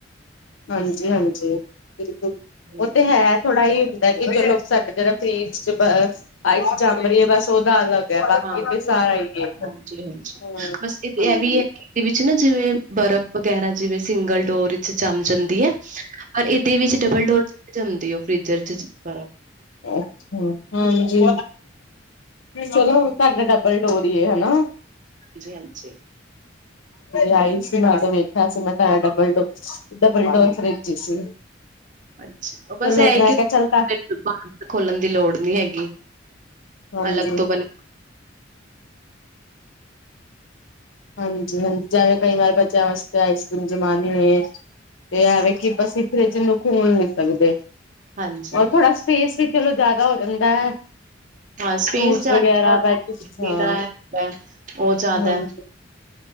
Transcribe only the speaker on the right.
ਹੂੰ
ਹਾਂ-ਹਾਂਜੀ-ਹਾਂਜੀ,
ਬਸ ਇਹ
ਵੀ ਐ। ਉਦੇ ਵਿੱਚ ਨਾ ਜਿਵੇਂ ਬਰਫ਼ ਵਗੈਰਾ ਜਿਵੇਂ ਸਿੰਗਲ ਡੋਰ ਜੰਮ ਜਾਂਦੀ ਐ ਔਰ ਇਹਦੇ ਵਿੱਚ ਡਬਲ ਡੋਰ ਨੀ ਜੰਮਦੀ ਉਹ ਫਰਿਜ਼ਰ ਚ ਜ਼ਿਆਦਾ
ਹਾਂਜੀ-ਹਾਂਜੀ।
ਹਾਂਜੀ
ਹਾਂਜੀ,
ਉਹ ਬਸ ਇਹ
ਕਿ
ਦੁਕਾਨ ਖੋਲਣ ਦੀ ਲੋੜ ਨੀ ਹੈਗੀ।
ਅਲੱਗ ਤੋਂ ਬਨ
ਹਾਂਜੀ
ਹਾਂ ਸਪੇਸ
ਜ਼ਿਆਦਾ
ਔਰ
ਬਿਜਲੀ
ਦਾ ਹੈ ਉਹ ਜ਼ਿਆਦਾ
ਹੈ,